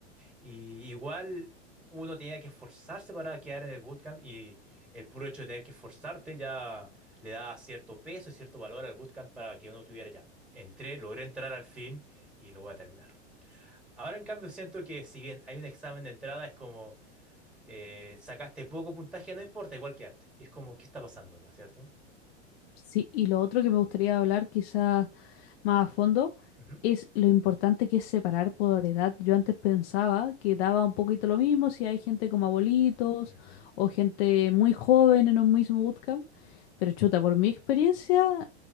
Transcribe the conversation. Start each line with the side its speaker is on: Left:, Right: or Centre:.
Centre: Y igual uno tenía que esforzarse para quedar en el bootcamp y el puro hecho de tener que esforzarte ya le da cierto peso y cierto valor al bootcamp para que uno tuviera ya. Entré, logré entrar al fin y lo voy a terminar. Ahora, en cambio, siento que si bien hay un examen de entrada, es como eh, sacaste poco puntaje, no importa, igual quedaste. es como, ¿qué está pasando acá, cierto?
Left: Sí, y lo otro que me gustaría hablar quizás más a fondo
Centre: Ujú,
Left: es lo importante que es separar por edad. Yo antes pensaba que daba un poquito lo mismo si hay gente como abuelitos
Centre: ujú.
Left: o gente muy joven en un mismo bootcamp, pero chuta, por mi experiencia,